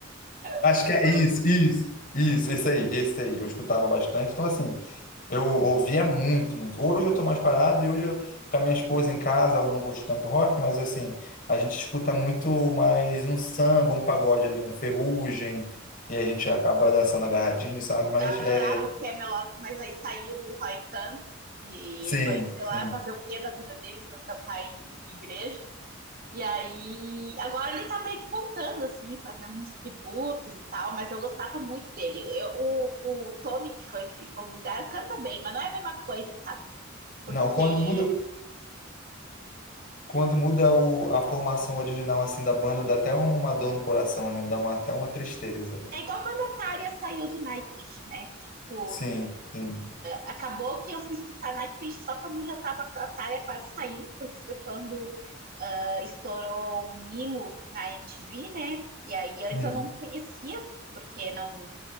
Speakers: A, on the left; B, on the right.
A: Acho
B: <laughs>
A: que é isso, isso, isso, esse aí, esse aí, eu escutava bastante, então assim... Eu ouvia muito, muito. Hoje eu tô mais parado e hoje eu, com a minha esposa em casa, ela não curte tanto rock, mas assim, a gente escuta muito mais um samba, um pagode ali, um ferrugem, e a gente acaba dançando agarradinho, sabe? Mas
B: Eu adorava
A: é,
B: o Camelot, mas aí saiu o Roy Khan e
A: sim,
B: ele foi, sei
A: sim.
B: lá, fazer o quê da vida dele, foi cantar em igreja. E aí, agora ele tá meio que voltando, assim, fazendo uns tributos e tal, mas eu gostava muito dele. Eu, o, o Tommy, que foi que ficou no lugar, canta bem, mas não é a mesma coisa, sabe?
A: Não,
B: Porque
A: quando
B: é,
A: muda, quando muda o, a formação original assim da banda, dá até uma dor no coração, né? Dá uma, até uma tristeza.
B: é igual quando a Tária saiu do Nightwish, né? Tipo,
A: Sim, sim.
B: acabou que eu fui escutar Nightwish só quando já estava a Thalia quase saindo, porque foi quando uh, estourou o Nimo na MTV, né? E aí antes
A: Uhum.
B: eu não conhecia, porque não,